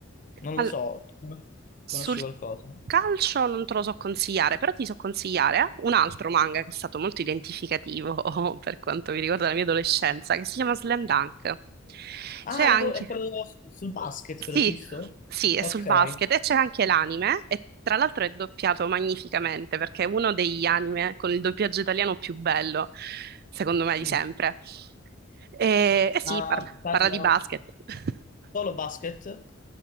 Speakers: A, on the left; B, on the right.
A: non lo
B: Al-
A: so, tu
B: Sul
A: conosci qualcosa?
B: calcio non te lo so consigliare, però ti so consigliare un altro manga che è stato molto identificativo <laughs> per quanto mi riguarda la mia adolescenza, che si chiama Slam Dunk.
A: Ah,
B: C'è anche...
A: la vo- è quello su- sul basket,
B: Sì,
A: però, giusto?
B: sì, è
A: Ok.
B: sul basket e c'è anche l'anime e tra l'altro è doppiato magnificamente perché è uno degli anime con il doppiaggio italiano più bello, secondo me, di
A: Mm.
B: sempre. E, e sì,
A: Ma
B: parla
A: parla
B: parla di basket. <laughs>
A: solo basket?